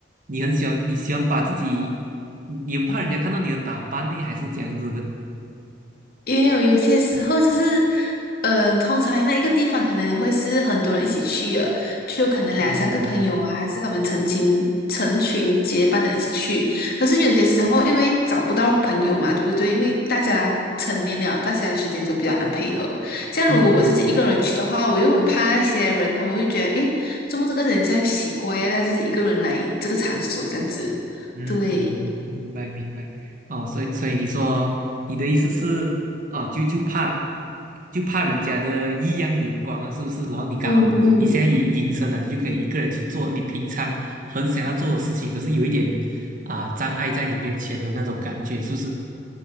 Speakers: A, on the right (about 50°); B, on the left (about 60°).
A: 你很喜欢你喜欢把自己，你你很怕人家看到你的打扮呢，还是这样子的？
B: 也有有些时候就是，呃，通常那一个地方可能会是很多人一起去的，就可能两三个朋友啊，
A: 嗯
B: 还是他们成群成群结伴的一起去。可是有些时候，因为找不到朋友嘛，对不对？因为大家成年了，大家的时间就比较难配合。像如果我自己一个人去的话，
A: 嗯嗯。
B: 我又很怕那些人，他们会觉得，诶，怎么这个人这样奇怪呀？他自己一个人来这个场所这样子，
A: 嗯嗯，
B: 对。
A: 明白明白。哦，所以所以你说你的意思是，哦，就就怕就怕人家的异样眼光啊，是不是？然后你刚好你现在隐隐身了，
B: 嗯嗯，
A: 你就可以一个人去做你平常很想要做的事情，可是有一点啊障碍在你面前的那种感觉，是不是？